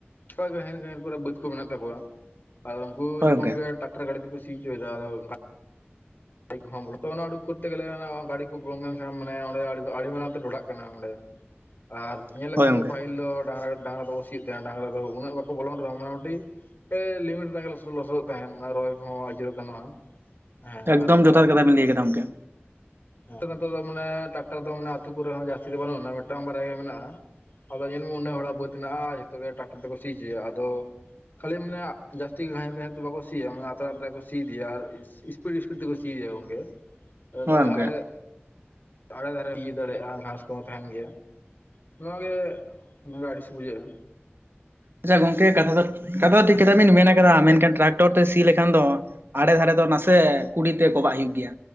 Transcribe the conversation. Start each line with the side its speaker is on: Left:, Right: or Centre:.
Left: ᱚᱠᱚᱭ ᱜᱟᱹᱦᱤᱨ ᱜᱟᱹᱦᱤᱨ ᱠᱚᱨᱮ ᱵᱟᱹᱫᱽ ᱠᱚ ᱢᱮᱱᱟᱜ ᱛᱟᱠᱚᱣᱟ ᱟᱨ ᱩᱱᱠᱩ
Right: ᱦᱳᱭ
Left: ᱡᱚᱠᱷᱚᱱ
Right: ᱜᱚᱝᱠᱮ
Left: ᱜᱮ ᱴᱟᱠᱴᱟᱨ ᱜᱟ. ᱰᱤ ᱛᱮᱠᱚ ᱥᱤ ᱚᱪᱚᱭᱮᱫᱟ ᱟᱫᱚ <unintelligible> ᱚᱱᱟ ᱩᱰᱩᱠ ᱠᱚᱨᱛᱮ ᱜᱮᱞᱮ ᱚᱱᱟ ᱜᱟᱹᱰᱤ ᱠᱚ ᱵᱚᱞᱚᱱ ᱞᱮᱱ ᱠᱷᱟᱱ ᱢᱟᱱᱮ ᱚᱸᱰᱮ ᱟᱹᱰᱤ ᱢᱟᱨᱟᱝ ᱛᱮ ᱰᱷᱚᱰᱟᱜ ᱠᱟᱱᱟ ᱚᱸᱰᱮ
Right: <inaudible>
Left: ᱟᱨ ᱧᱮᱞ ᱞᱮᱠᱷᱟᱱ
Right: ᱦᱳᱭ
Left: ᱵᱚᱱ
Right: ᱜᱚᱝᱠᱮ
Left: ᱯᱟᱹᱦᱤᱞ ᱫᱚ ᱰᱟᱝᱨᱟ ᱰᱟᱝᱨᱟ ᱛᱮᱵᱚᱱ ᱥᱤᱭᱮᱫ ᱛᱟᱦᱮᱸᱫ ᱰᱟᱝᱨᱟ ᱫᱚ ᱩᱱᱟᱹᱜ ᱵᱟᱠᱚ ᱵᱚᱞᱚᱱ ᱨᱮᱦᱚᱸ ᱢᱚᱴᱟᱢᱩᱴᱤ <unintelligible> ᱨᱮᱱᱟᱜ ᱞᱚᱥᱚ ᱞᱚᱥᱚᱫᱚᱜ ᱛᱟᱦᱮᱸᱱ ᱨᱚᱦᱚᱭ ᱠᱚᱦᱚᱸ ᱤᱭᱟᱹ <unintelligible> ᱜᱟᱱᱚᱜᱼᱟ ᱦᱮᱸ
Right: ᱮᱠᱫᱚᱢ
Left: ᱟᱨ ᱱᱮᱛᱟᱨ
Right: ᱡᱚᱛᱷᱟᱛ ᱠᱟᱛᱷᱟ ᱵᱤᱱ ᱞᱟᱹᱭ ᱠᱟᱫᱟ ᱜᱚᱢᱠᱮ!
Left: ᱱᱤᱛᱚᱜ ᱫᱚ ᱢᱟᱱᱮ ᱴᱟᱠᱴᱟᱨ ᱫᱚ ᱢᱟᱱᱮ ᱟᱛᱩ ᱠᱚᱨᱮ ᱦᱚᱸ ᱡᱟᱹᱥᱛᱤ ᱫᱚ ᱵᱟᱹᱱᱩᱜᱼᱟ᱾ ᱢᱤᱫᱴᱟᱝ ᱵᱟᱨᱟᱭ ᱜᱮ ᱢᱮᱱᱟᱜᱼᱟ᱾ ᱟᱫᱚ ᱧᱮᱞ ᱢᱮ ᱩᱱᱟᱹᱜ ᱦᱚᱲᱟᱜ ᱵᱟᱹᱫᱽ ᱦᱮᱱᱟᱜᱼᱟ᱾ ᱡᱚᱛᱚ ᱜᱮ ᱴᱨᱟᱠᱴᱟᱨ ᱛᱮᱠᱚ ᱥᱤ ᱦᱚᱪᱚᱭᱟ ᱟᱫᱚ ᱠᱷᱟᱞᱤ ᱢᱟᱱᱮ ᱡᱟᱥᱛᱤ ᱵᱟᱭ ᱛᱮ ᱵᱟᱠᱚ ᱥᱤᱭᱟ ᱟᱛᱨᱟ ᱟᱛᱨᱟ ᱠᱚ ᱥᱤ ᱤᱫᱤᱭᱟ ᱟᱨ <unintelligible> ᱥᱤ ᱜᱮᱭᱟ ᱜᱚᱝᱠᱮ ᱟᱫᱚ
Right: ᱦᱳᱭ
Left: ᱱᱚᱜᱼᱚᱭ
Right: ᱜᱚᱝᱠᱮ
Left: ᱟᱲᱮ ᱟᱲᱮ ᱫᱷᱟᱨᱮᱢ <inaudible> ᱤᱭᱟᱹ ᱫᱟᱲᱮᱭᱟᱜᱼᱟ ᱜᱷᱟᱥ ᱠᱚᱦᱚᱸ ᱛᱟᱦᱮᱱ ᱜᱮᱭᱟ ᱱᱚᱶᱟ ᱜᱮ ᱱᱚ ᱟᱜᱮ ᱟᱹᱲᱤᱥ ᱜᱮ ᱵᱩᱡᱷᱟᱹᱜᱼᱟ,
Right: ᱟᱪᱪᱷᱟ ᱜᱚᱝᱠᱮ ᱠᱟᱛᱷᱟ ᱫᱚ ᱠᱟᱛᱷᱟ ᱫᱚ ᱴᱷᱤᱠ ᱠᱟᱛᱷᱟ ᱵᱤᱱ ᱢᱮᱱ ᱟᱠᱟᱫᱟ ᱢᱮᱱᱠᱷᱟᱱ ᱴᱨᱟᱠᱴᱚᱨ ᱛᱮ ᱥᱤ ᱞᱮᱠᱷᱟᱱ ᱫᱚ ᱟᱲᱮ ᱫᱷᱟᱨᱮ ᱫᱚ ᱱᱟᱥᱮ ᱠᱩᱰᱤᱛᱮ ᱠᱚᱵᱟᱜ ᱦᱩᱭᱩᱜ ᱜᱮᱭᱟ,